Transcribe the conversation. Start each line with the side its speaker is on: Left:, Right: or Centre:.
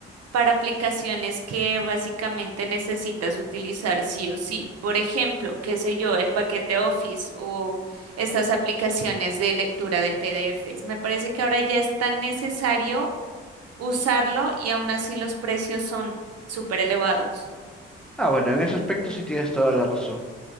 Right: para aplicaciones que básicamente necesitas utilizar sí o sí. Por ejemplo, qué sé yo, el paquete Office o estas aplicaciones de lectura de PDFs. Me parece que ahora ya es tan necesario usarlo y aún así los precios son súper elevados.
Centre: Ah, bueno, en ese aspecto sí tienes toda la razón.